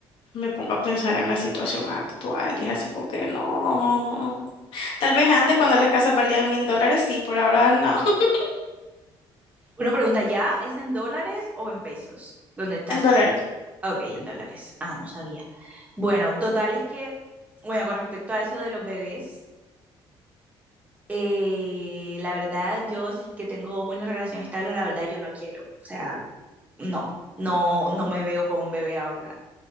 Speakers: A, on the left (about 65°); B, on the right (about 15°).
A: me pongo a pensar en la situación actual y es así como que no. Tal vez antes cuando las casas valían mil dólares, sí, por ahora no. <laughs>
B: Una pregunta ya, ¿es en dólares o en pesos? ¿Dónde estás?
A: En dólares.
B: tú? Ok, en dólares. Ah, no sabía. Bueno, total es que, bueno, con respecto a eso de los bebés, eh, la verdad, yo sí que tengo una relación estable, la verdad, yo no quiero. O sea, no, no, no me veo como un bebé ahora.